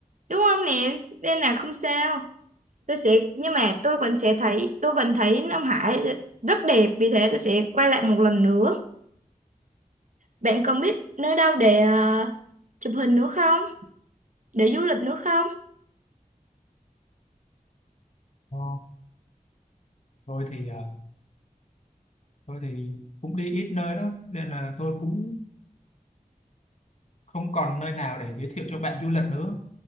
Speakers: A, on the right; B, on the left.
A: đúng không nè? Nên là không sao. Tôi sẽ nhưng mà tôi vẫn sẽ thấy tôi vẫn thấy Nam Hải rất đẹp, vì thế tôi sẽ quay lại một lần nữa. Bạn còn biết nơi đâu để ờ, chụp hình nữa không? Để du lịch nữa không?
B: Ờ, Rồi thì ờ, Tôi thì cũng đi ít nơi đó nên là tôi cũng không còn nơi nào để giới thiệu cho bạn du lịch nữa.